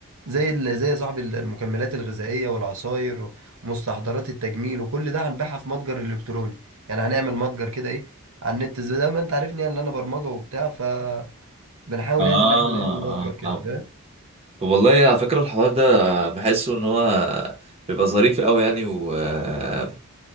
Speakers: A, on the right; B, on the right.
A: زي ال- زي يا صاحبي ال- المكملات الغذائية والعصاير و- ومستحضرات التجميل وكل ده هنبيعها في متجر إلكتروني يعني هنعمل متجر كده إيه على النت زي ده ما أنت عارفني يعني اللي أنا برمجة وبتاع فبنحاول
B: اه
A: يعني إن إحنا
B: اه
A: نعمل متجر كده
B: آه.
A: فاهم
B: طب والله على فكرة الحوار ده بحسه إن هو بيبقى ظريف أوي يعني وبيبقى